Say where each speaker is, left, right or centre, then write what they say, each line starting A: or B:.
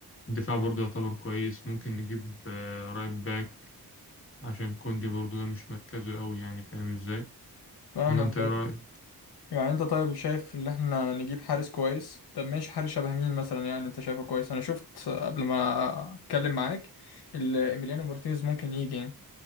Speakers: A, on the left; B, on the left.
A: الدفاع برضو يعتبر كويس ممكن نجيب آه، رايت باك عشان كوندي برضو ده مش مركزه أوي يعني فاهم إزاي
B: فاهمك
A: ولا أنت
B: طيب
A: إيه رأيك؟
B: يعني انت طيب شايف ان احنا نجيب حارس كويس طب ماشي حارس شبه مين مثلا يعني انت شايفه كويس انا شفت قبل ما اتكلم معاك ال- ايميليانو مارتينيز ممكن يجي يعني